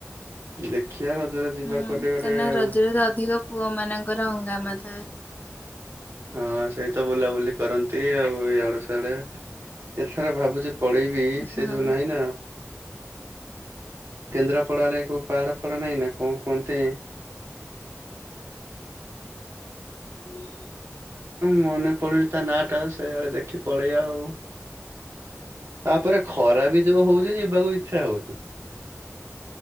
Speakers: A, on the right (about 60°); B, on the left (about 35°).
A: ଦେଖି ବା ରଜରେ ଯିବା
B: ହୁଁ,
A: କୁଆଡେ ଗୋଟେ
B: କାହିଁକି ନା
A: ଆଉ।
B: ରଜରେ ତ ଅଧିକ ପୁଅ ମାନଙ୍କର ହଙ୍ଗାମା ଥାଏ।
A: ହଁ, ସେଇ ତ ବୁଲାବୁଲି କରନ୍ତି, ଇଆଡେ ସିଆଡେ ଏଥର ଭାବୁଛି ପଳେଇବି
B: ହଁ।
A: ସେ ଯଉ ନାହିଁ ନା କେନ୍ଦ୍ରାପଡା ରେ କୋଉ ପାହାଡ ଫାହାଡ ନାଇଁ ନା କଣ କୁହନ୍ତ
B: <unintelligible>
A: ମନେ ପଡୁଚି ତା ନାଁ ଟା ସେଇଆଡେ ଦେଖି ପଳେଇବା ଆଉ ତା ପରେ ଖରା ବି ଯୋଉ ହଉଛି ଯିବାକୁ ଇଚ୍ଛା ହଉନି।